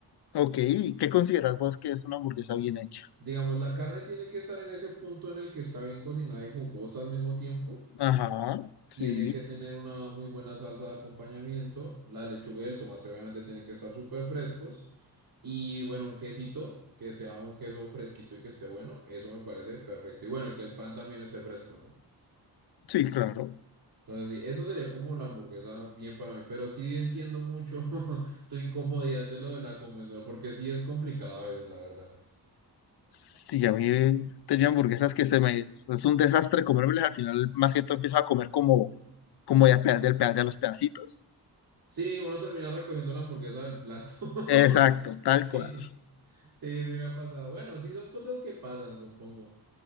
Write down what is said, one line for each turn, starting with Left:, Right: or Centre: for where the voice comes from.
Left: Ok, ¿qué consideras vos que es una hamburguesa bien hecha?
Right: Digamos, la carne tiene que estar en ese punto en el que está bien cocinada y jugosa al mismo tiempo.
Left: Ajá, sí,
Right: Tiene que tener una muy buena salsa de acompañamiento. La lechuga y el tomate obviamente tienen que estar súper frescos. Y bueno, un quesito, que sea un queso fresquito y que esté bueno. Eso me parece perfecto. Y bueno, y que el pan también esté fresco, ¿no?
Left: sí, claro.
Right: Entonces, sí, eso sería como la hamburguesa bien para mí, pero sí entiendo mucho <laughs> tu incomodidad de lo de la comensal, porque sí es complicado a veces, la verdad.
Left: Sí, a mí he tenido hamburguesas que se me... Es un desastre comérmelas, al final más que todo empiezo a comer como como ya pe- del pe- de los pedacitos.
Right: Sí, uno termina recogiendo la hamburguesa del plato. <laughs>
Left: Exacto, tal
Right: Sí,
Left: cual.
Right: sí, sí me ha pasado. Bueno, sí son cosas que pasan, supongo.